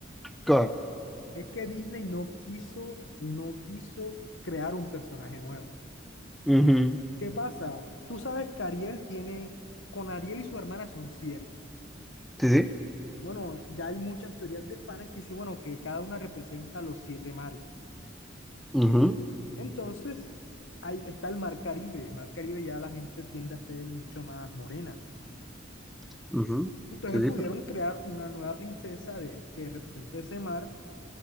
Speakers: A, in the centre; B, on the left (about 70°).
A: Claro.
B: Es que Disney no quiso, no quiso crear un personaje nuevo.
A: Ujú.
B: ¿Qué pasa? Tú sabes que Ariel tiene, con Ariel y su hermana son siete.
A: Sí, sí.
B: Bueno, ya hay muchas teorías de fans que dicen, bueno, que cada una representa los siete mares.
A: Ujú,
B: Entonces, ahí está el mar Caribe. El mar Caribe ya la gente tiende a ser mucho más morena.
A: ujú.
B: Entonces
A: Sí,
B: pudieron
A: sí, perfecto.
B: crear una nueva princesa de, que represente ese mar